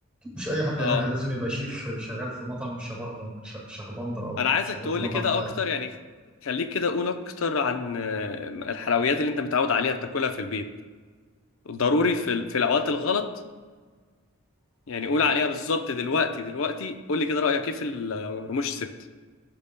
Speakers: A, in the centre; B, on the left (about 65°).
A: مش اي حد
B: اه
A: يعملها لازم يبقى شيف شغال في مطعم شبهدر ش- شهبندر او
B: انا عايزك
A: شغال
B: تقولي
A: في مطعم
B: كده
A: بتاعك
B: اكتر يعني خليك كده قول اكتر عن آه، الحلويات اللي انت متعود عليها بتاكلها في البيت ضروري في ال- في الاوقات الغلط يعني قول عليها بالظبط دلوقتي دلوقتي قولي كده رايك ايه في ال- رموش ست